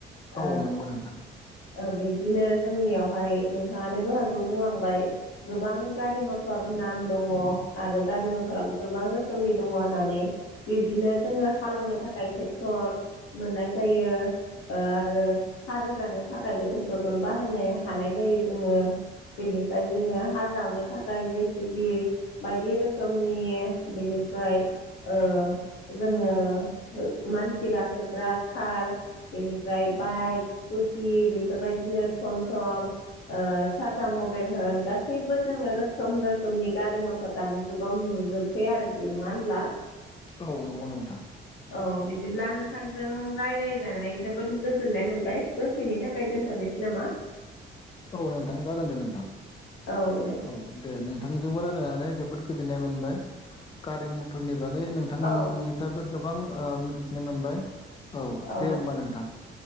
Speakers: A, on the left (about 80°); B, on the left (about 25°).
A: ओ
B: औ नंगौ नोंथां
A: ओ बिब्दिनो जोंनियावहाय नोंथाङानो दहायबो बुंलांबाय गोबां गारि मथर नाम दङ आरो गारि मथराबो गोबां रोखोमनि दङ होननानै बिब्दिनो जोङो हालेवनो थाखाय ट्रेक्टर मोननाय जायो ओ आ रो हा रोगानो थाखायबो ट्रेक्टरखौनो बाहायनो हानाय जायो जोङो। बेनिफ्राय जोङो हाजावनो थाखाय जे सि बि बायदि रोखोमनि बिनिफ्राय ओ जोङो मानसि गाखोग्रा खार बेनि ओमफ्राय बाइक स्कुटि बेफोरबायदिनो थम थम ओ टाटा मबाइल होन गासैबो जोङो रोखोम रोखोमनि गारि मथर दानि जुगाव नुजोब सै आरोखि नङा होनब्ला?
B: औ नंगौ नोंथां।
A: औ बिदिब्ला नोंथांजों रायलायनानै जोबोद गोजोननाय मोनबाय दसेनि थाखाय दोनथ'नोसै नामा?
B: औ नोंथाङा जागोन दे नोंथां
A: औ दे
B: औ दे नोंथांजोंबो रायलायनानै जोबोद गोजोननाय मोनबाय गारि मथरनि बागै नों थांनिफ्रायबो
A: औ
B: गोबां ओ मिथिनो मोनबाय
A: औ
B: दे होमबा नोंथां